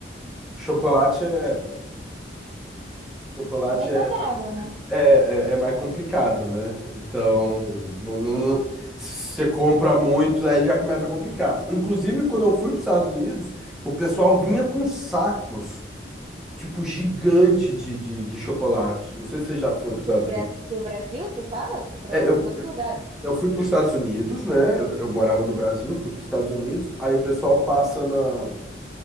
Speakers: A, in the centre; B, on the right.
A: chocolate é chocolate
B: bem
A: é,
B: saudável, né?
A: é, é, é mais complicado, né? Então não, não- não- se você compra muito aí já começa a complicar. Inclusive quando eu fui para os Estados Unidos, o pessoal vinha com sacos tipo gigante de, de, de chocolate. Não sei se você já foi para os Estados
B: Pro, Bras-
A: Unidos.
B: pro Brasil, tu fala? Pro,
A: É, eu,
B: pros outros lugares.
A: eu fui para os Estados Unidos, né? Eu, eu morava no Brasil, fui para os Estados Unidos. Aí o pessoal passa na